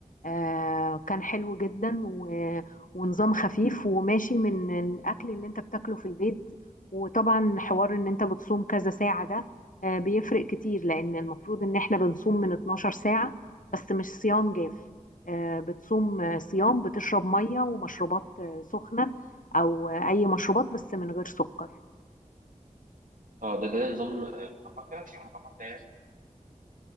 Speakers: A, on the left (about 75°); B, on the right (about 75°).
A: آه، كان حلو جدا و- ونظام خفيف وماشي من الأكل اللي أنت بتاكله في البيت وطبعا حوار إن أنت بتصوم كذا ساعة ده آه، بيفرق كتير لأن المفروض إن إحنا بنصوم من 12 ساعة بس مش صيام جاف آه، بتصوم آه، صيام بتشرب مية ومشروبات آه، سخنة أو آه، أي مشروبات بس من غير سكر
B: اه ده ده نظام آه، متقطع يعني متقطع يعني